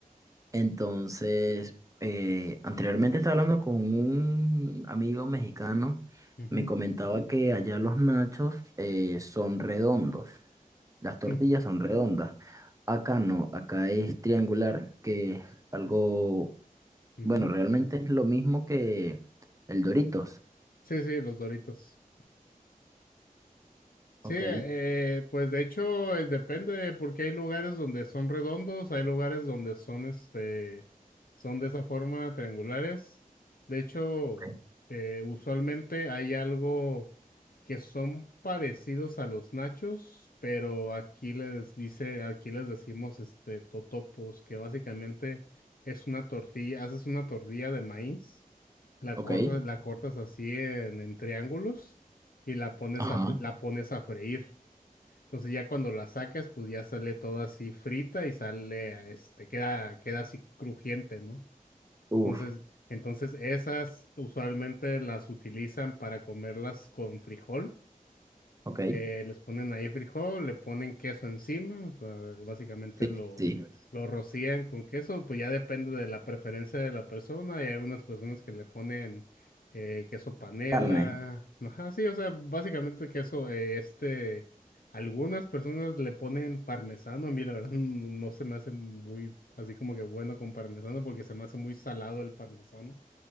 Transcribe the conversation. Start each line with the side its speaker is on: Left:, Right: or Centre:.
Right: Entonces, eh, anteriormente estaba hablando con un amigo mexicano,
Left: Ujú,
Right: me comentaba que allá los nachos eh, son redondos, las tortillas
Left: mm,
Right: son redondas. Acá no, acá es triangular, que es algo,
Left: ujú.
Right: bueno, realmente es lo mismo que el Doritos.
Left: Sí, sí, los Doritos. Sí,
Right: Ok,
Left: eh, pues de hecho eh, depende porque hay lugares donde son redondos, hay lugares donde son este, son de esa forma triangulares. De hecho,
Right: ok,
Left: eh, usualmente hay algo que son parecidos a los nachos, pero aquí les dice, aquí les decimos este totopos, que básicamente es una tortilla, haces una tortilla de maíz, la cortas,
Right: ok.
Left: la cortas así en en triángulos y la pones
Right: Ajá.
Left: a, fr- la pones a freír. Entonces ya cuando la sacas, pues ya sale toda así frita y sale, a, este, queda, queda así crujiente, ¿no?
Right: Uf,
Left: Entonces, entonces esas usualmente las utilizan para comerlas con frijol
Right: ok.
Left: eh, les ponen ahí frijol, le ponen queso encima, o sea, básicamente
Right: Sí,
Left: lo,
Right: sí. sí.
Left: lo rocían con queso, pues ya depende de la preferencia de la persona. Hay algunas personas que le ponen eh, queso panela,
Right: Carne,
Left: ajá, sí, o sea, básicamente queso, eh, este, algunas personas le ponen parmesano, a mí la verdad <laughs> no no se me hace muy, así como que bueno con parmesano porque se me hace muy salado el parmesano.